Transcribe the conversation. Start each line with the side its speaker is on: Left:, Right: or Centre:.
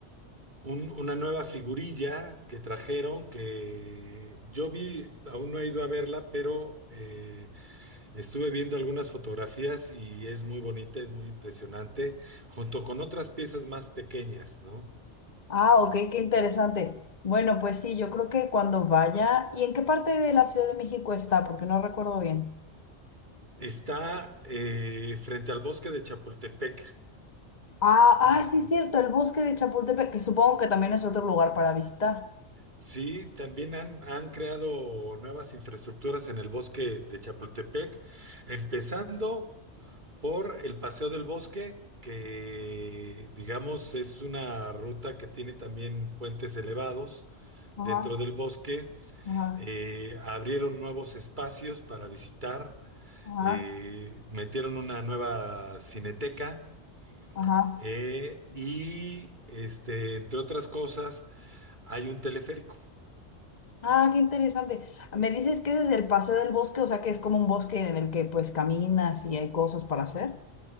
Right: un- una nueva figurilla que trajeron que yo vi, aún no he ido a verla, pero eh, Estuve viendo algunas fotografías y es muy bonita, es muy impresionante, junto con otras piezas más pequeñas, ¿no?
Left: Ah, ok, qué interesante. Bueno, pues sí, yo creo que cuando vaya, ¿y en qué parte de la Ciudad de México está? Porque no recuerdo bien.
Right: Está eh, frente al bosque de Chapultepec.
Left: Ah, ah,
Right: en-
Left: sí, cierto, el bosque de Chapultepec, que supongo que también es otro lugar para visitar.
Right: sí, también han, han creado nuevas infraestructuras en el bosque de Chapultepec, empezando por el Paseo del Bosque, que digamos es una ruta que tiene también puentes elevados
Left: Ajá,
Right: dentro del bosque
Left: ajá,
Right: eh, abrieron nuevos espacios para visitar,
Left: ajá,
Right: eh, metieron una nueva cineteca
Left: ajá.
Right: eh, y, este, entre otras cosas, hay un teleférico.
Left: Ah, qué interesante. Me dices que ese es el paseo del bosque, o sea que es como un bosque en el que pues caminas y hay cosas para hacer.